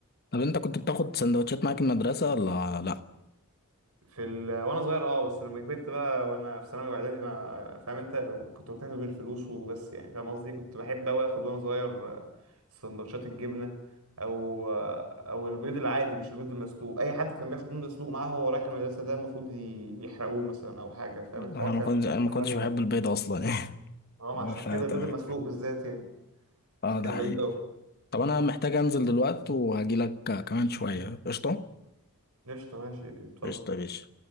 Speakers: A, on the left; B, on the right.
A: طب انت كنت بتاخد سندوتشات معاك المدرسه ولا لا
B: في ال... وانا صغير اه بس لما كبرت بقى وانا في ثانوي واعدادي ما فاهم انت كنت مكتفي بالفلوس وبس يعني فاهم قصدي كنت بحب اوي اخد وانا صغير آه، سندوتشات الجبنه او آه، او البيض العادي مش البيض المسلوق اي حد كان بياخد بيض مسلوق معاه وهو رايح المدرسه ده المفروض ي- يحرقوه مثلا او حاجه فاهم
A: انا
B: الحوار
A: ما
B: كان
A: كنتش انا ما
B: كان
A: كنتش
B: بشع
A: بحب
B: يعني
A: البيض اصلا <laughs>
B: اه عشان
A: فتمام
B: كده البيض المسلوق بالذات يعني
A: اه
B: كان
A: ده حقيقي
B: غريب اوي
A: طب
B: مم.
A: انا محتاج انزل دلوقتي وهجيلك كمان شوية قشطة
B: قشطه ماشي اتفضل
A: قشطة يا باشا